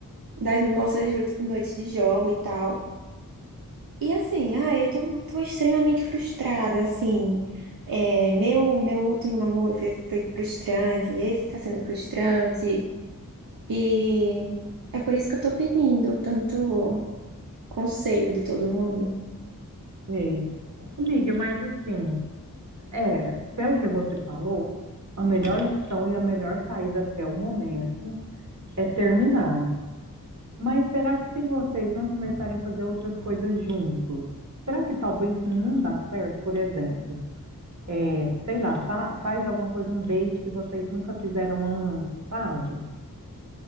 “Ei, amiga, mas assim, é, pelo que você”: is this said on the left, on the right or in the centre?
Right